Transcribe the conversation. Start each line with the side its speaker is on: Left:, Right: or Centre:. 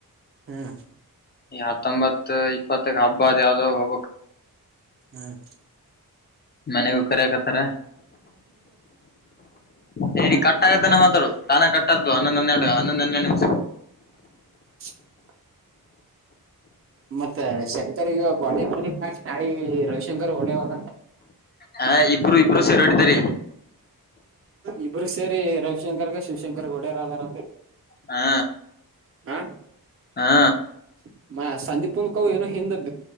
Right: ಹ್ಮ್
Left: ಈ ಹತ್ತೊಂಬತ್ ಇಪ್ಪತ್ತಕ್ ಹಬ್ಬ ಅದ್ ಯಾವ್ದೋ ಹೋಗ್ಬೇಕ್
Right: ಹ್ಮ್
Left: ಮನೆಗೂ ಕರೆ ಕತರ ನಡಿ ಕಟ್ಟಾಗತ್ತಾನೆ ಮಾತು ತಾನ ಕಟ್ಟದು ಹನ್ನೊ ಹೆಡು ಹನ್ನೊ ಹನ್ನೆರಡು ನಿಮಿಷ
Right: <inaudible> ಮತ್ತ ಶಂಕರ್ ಈಗ ಬಾಡಿ ಬಿಂಗ್ <inaudible> ಕ್ ನಾಳಿಗ ರವಿಶಂಕರ್ ಹೊಡೆವದ
Left: ಹ ಇಬ್ಬರು ಇಬ್ರು ಸೇರೆ ಹೊಡಿದರಿ
Right: ಇಬ್ಬರು ಸೇರಿ ರವಿಶಂಕರ್ಗ ಶಿವಶಂಕರ್ ಗೋಡೆಯರ್ <inaudible> ಅದಾರಂದ್ರ
Left: ಹಾ
Right: ಹಾ
Left: ಹಾ
Right: <inaudible> ಮ ಸಂದೀಪ್ ಅಂದ್ಕವ್ ಏನ್ ಹಿಂದ್